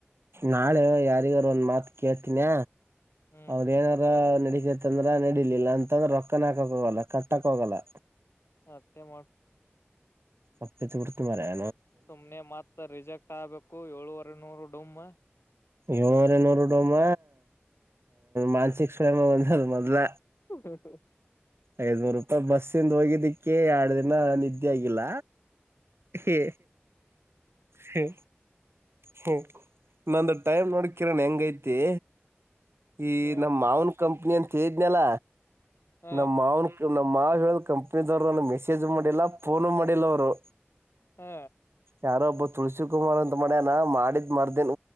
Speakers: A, on the right; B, on the left.
A: ನಾಳೆ ಯಾರಿಗಾರ ಒಂದ್ ಮಾತ್ ಕೇಳ್ತೀನಿ
B: ಹ್ಮ್
A: ಅವ್ರ ಏನಾರ ನಡಿ ತಂದ್ರ ನಡಿಲಿಲ್ಲ ಅಂತಂದ್ರೆ ರೊಕ್ಕನ್ ಹಾಕಕ್ ಹೋಗಲ್ಲ ಕಟ್ಟಕ್ ಹೋಗಲ್ಲ
B: ಹತ್ತೆ ಮಾಡ
A: ಅಪ್ಪಿ ತಪ್ಪಿದ ಮರಯ
B: ಸುಮ್ನೆ ಮತ್ತ ರಿಜೆಕ್ಟ್ ಆಗ್ಬೇಕು ಕ್ಕೋ ಏಳೂವರೆ ನೂರು ಡಮ್ಮ
A: ಏಳ್ನೂರ ನೂರು ಡೋಮ್ಮ ಮಾನ್ಸಿಕಕ್ ಸ್ವಯಾಮ ಒಂದದ ಮೊದ್ಲ
B: ಹ್ಮ ಹ್ಮ
A: ಐದನೂರು ರೂಪಾಯಿ ಬಸ್ಸಿಂದ ಹೋಗಿದ್ದಿಕ್ಕೆ ಎರಡ್ ದಿನ ನಿದ್ದೆ ಇದ ಆಗಿಲ್ಲ ಹೆ ಹೆ ಹ ನಂದು ಟೈಮ್ ನೋಡಿ ಕಿರಣ್ ಹೆಂಗೈತಿ ಈ
B: ಹ
A: ನಮ್ ಮಾವನ್ ಕಂಪ ಹೇಳಿದ್ನಲ್ಲ
B: ಹ
A: ನಮ್ಮ ಮಾವನು ಇ ನಮ್ಮ ಮಾವಗೆ ಹೇಳಿದ ಕಂಪ್ನಿದವರು ನನ್ನ ಮೆಸೇಜ್ ಮಾಡಿಲ್ಲ ಫೋನು ಮಾಡಿಲ್ಲ ಅವ್ರು
B: ಹಾ
A: ಯಾರೋ ಒಬ್ಬ ತುಳಸಿ ಕುಮಾರ್ ಅಂತ ಮಾಡ್ಯನ ಮಾಡಿದ್ ಮರ್ದಿನ್